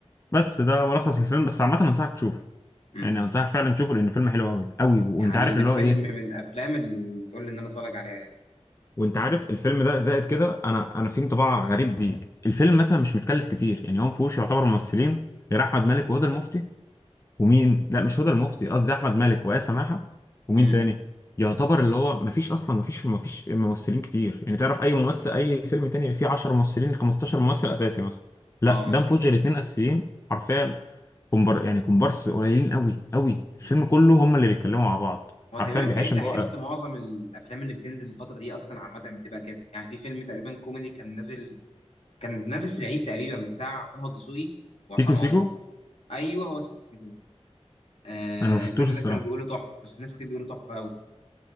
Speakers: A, on the left; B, on the left.
A: بس ده ملخص الفيلم بس عامة انصحك تشوفه
B: امم
A: يعني انصحك فعلا تشوفه لان الفيلم حلو قوي قوي وانت
B: يعني
A: عارف
B: ده
A: اللي هو
B: فيلم
A: ايه
B: من الأفلام اللي تقول لي إن أنا أتفرج عليها يعني
A: وانت عارف الفيلم ده زائد كده انا انا في انطباع غريب بيه الفيلم مثلا مش متكلف كتير يعني هو ما فيهوش يعتبر ممثلين غير احمد مالك وهدى المفتي ومين لا مش هدى المفتي قصدي احمد مالك وآية سماحة ومين
B: امم
A: تاني يعتبر اللي هو ما فيش اصلا ما فيش ما فيش ممثلين كتير يعني تعرف اي ممثل اي فيلم تاني فيه 10 ممثلين 15 ممثل اساسي مثلا لا
B: اه مثلا
A: ده ما فيهوش غير اتنين اساسيين حرفيا كومبار يعني كومبارس قليلين قوي قوي
B: مم.
A: الفيلم كله هم اللي بيتكلموا مع بعض
B: هو
A: حرفيا
B: تقريبا
A: بيعيشك
B: بقيت
A: جوه
B: أحس
A: قوي
B: معظم الأفلام اللي بتنزل الفترة دي أصلا عامة بتبقى كده يعني في فيلم تقريبا كوميدي كان نازل كان نازل في العيد تقريبا بتاع طه الدسوقي وعصام
A: سيكو سيكو
B: عمر أيوه هو سيكو سيكو آه
A: انا ما شفتوش
B: الفيلم
A: الصراحه
B: ده كانوا بيقولوا تحفه بس ناس كتير بيقولوا تحفه قوي